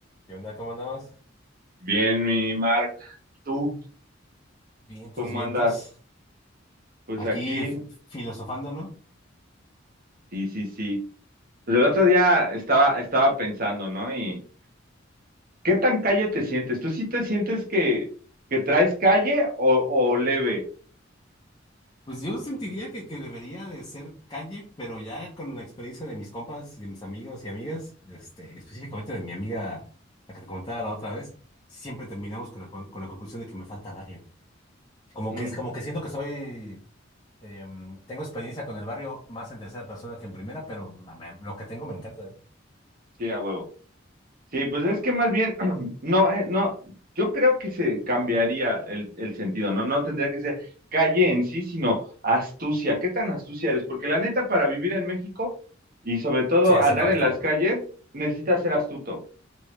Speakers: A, on the left; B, on the right.
A: ¿Qué onda? ¿Cómo andamos?
B: Bien, mi Mark, ¿tú
A: Vientos,
B: cómo
A: vientos.
B: andas? Pues
A: Aquí
B: aquí,
A: f- filosofando, ¿no?
B: sí, sí, sí. Pues el otro día estaba, estaba pensando, ¿no? Y ¿qué tan calle te sientes? ¿Tú sí te sientes que, que traes calle o, o leve?
A: Pues yo sentiría que, que debería de ser calle, pero ya con la experiencia de mis compas, y de mis amigos y amigas, este, específicamente de mi amiga, la que te comentaba la otra vez, siempre terminamos con la, con, con la conclusión de que me falta barrio. Como
B: Mm,
A: que, como que siento que soy, em, tengo experiencia con el barrio más en tercera persona que en primera, pero ma- me- lo que tengo me encanta. ¿eh?
B: sí, a huevo. Sí, pues es que más bien, <clears throat> no, eh, no, yo creo que se cambiaría el, el sentido, ¿no? No tendría que ser calle en sí, sino astucia. ¿Qué tan astucia eres? Porque la neta, para vivir en México y sobre todo
A: Sí hace
B: andar
A: falta.
B: en las calles, necesitas ser astuto.